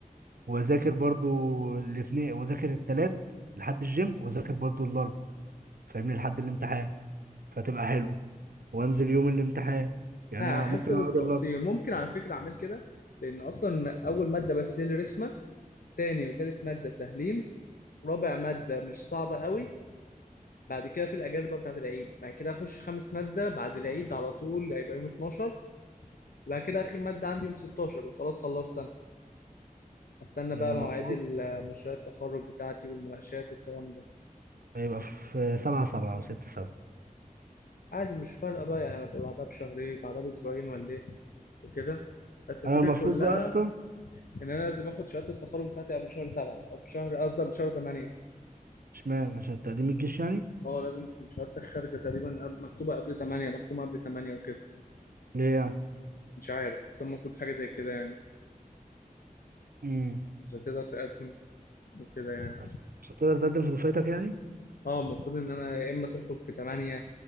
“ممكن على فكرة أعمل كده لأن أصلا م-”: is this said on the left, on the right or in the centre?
Left